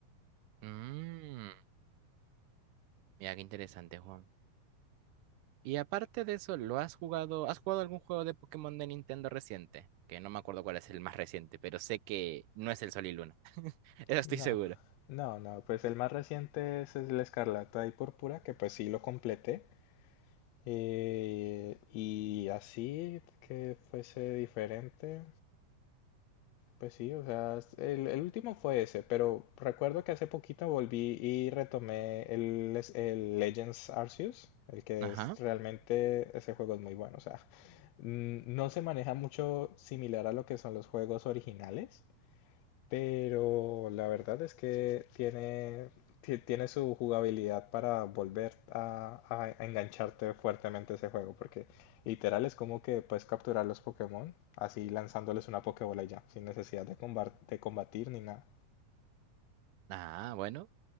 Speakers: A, on the right; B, on the left.
A: Mm, mira, qué interesante, Juan. Y aparte de eso, ¿lo has jugado? ¿Has jugado algún juego de Pokémon de Nintendo reciente? Que no me acuerdo cuál es el más reciente, pero sé que no es el Sol y Luna. <laughs> Eso estoy
B: No,
A: seguro.
B: no, no. Pues el más reciente es el Escarlata y Púrpura que pues sí lo completé. Eh, y así que fuese diferente. Pues sí, o sea, es- el, el último fue ese, pero recuerdo que hace poquito volví y retomé el, les- el Legends Arceus, el que
A: Ajá.
B: es realmente, ese juego es muy bueno, o sea, mm, no se maneja mucho similar a lo que son los juegos originales, pero la verdad es que tiene, ti- tiene su jugabilidad para volver a, a- a engancharte fuertemente a ese juego, porque literal es como que puedes capturar los Pokémon así lanzándoles una Pokébola y ya, sin necesidad de combar- de combatir ni nada.
A: Ah, bueno.